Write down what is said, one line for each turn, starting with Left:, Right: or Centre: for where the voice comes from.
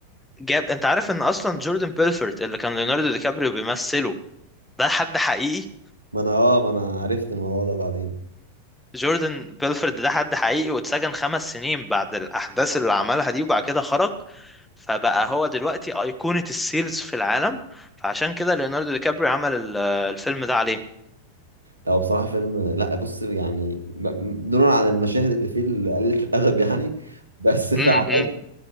Centre: جاب انت عارف ان اصلا جوردن بيلفورت اللي كان ليوناردو دي كابريو بيمثله ده حد حقيقي
Right: ما انا اه ما انا عرفت الموضوع ده بعدين
Centre: جوردن بيلفورد ده حد حقيقي واتسجن خمس سنين بعد الأحداث اللي عملها دي وبعد كده خرج فبقى هو دلوقتي أيقونة السيلز في العالم فعشان كده ليوناردو دي كابري عمل ال- الفيلم ده عليه
Right: لا هو بصراحة فيلم لا بص يعني ب- دونا عن المشاهد اللي فيه قليلة الأدب يعني بس فعلا
Centre: امم أمم.